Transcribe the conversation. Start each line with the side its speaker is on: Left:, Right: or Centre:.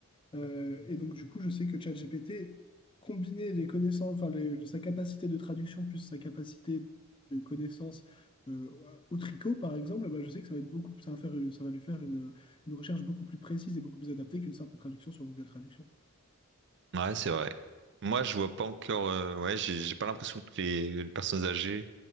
Left: Euh, et donc, du coup, je sais que ChatGPT, combiner les connaissances, enfin, les- le- sa capacité de traduction plus sa capacité de connaissance euh, au tricot, par exemple, bah, je sais que ça va être beaucoup, ça va faire, une- ça va lui faire une, une recherche beaucoup plus précise et beaucoup plus adaptée qu'une simple traduction sur Google Traduction.
Right: Ouais, c'est vrai. Moi, je vois pas encore. euh, ouais, j'ai j'ai pas l'impression que les personnes âgées